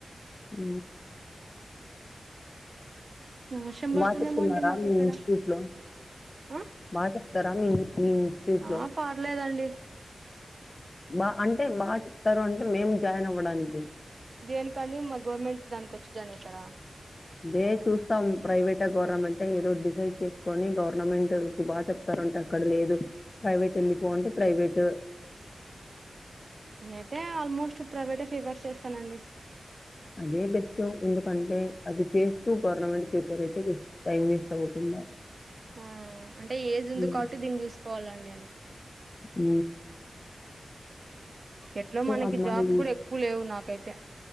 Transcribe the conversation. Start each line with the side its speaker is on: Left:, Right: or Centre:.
Left: ఊ
Right: వర్షం పడుతుందేమో
Left: మాట ఇస్తున్నారా
Right: అండి మాకు
Left: మీ
Right: ఇక్కడ
Left: ఇన్స్టిట్యూట్ లో
Right: ఆ
Left: బా చెప్తారా మీ మీ ఇన్స్టిట్యూట్ లో
Right: ఆ పర్లేదండి
Left: బా అంటే బాగా చెప్తారు అంటే మేం జాయిన్ అవ్వడానికి.
Right: దేనికండి మా గవర్నమెంట్ దానికి వచ్చి జాయిన్ అవుతారా.
Left: దే చూస్తాం ప్రైవేటా గవర్నమెంటా ఏదోక్ డిసైడ్ చేసుకొని గవర్నమెంట్ కి బాగా చెప్తారుంటే అక్కడ లేదు ప్రైవేట్ వెళ్ళిపో అంటే ప్రైవేట్
Right: నేనైతే ఆల్మోస్ట్ ప్రైవేటే ఫేవర్ చేస్తానండి
Left: అదే బెస్ట్ ఎందుకంటే అది చేస్తూ గవర్న్ మెంట్ అదైతే బెస్ట్ టైమ్ వేస్ట్ అవ్వకుండా.
Right: ఆ అంటే ఏజ్ ఉంది
Left: హ్మ్.
Right: కాబట్టి దీన్ని చూసుకోవాలండి అంతే
Left: ఊ
Right: ఎట్ల మనకి
Left: అమ్మాయి
Right: జాబ్స్ కూడా ఎక్కువ లేవ్ నాకైతే